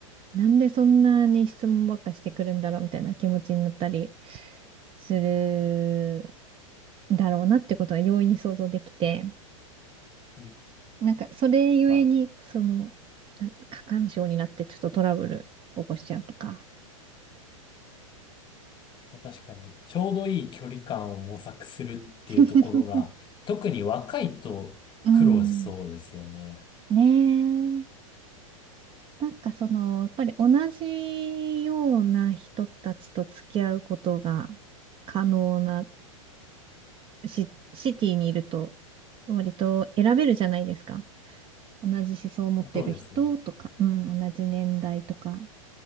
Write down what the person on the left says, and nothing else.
んうん
ま
あ確かにちょうどいい距離感を模索するっていうところが特に若いと苦労しそうですよね。
そうですね。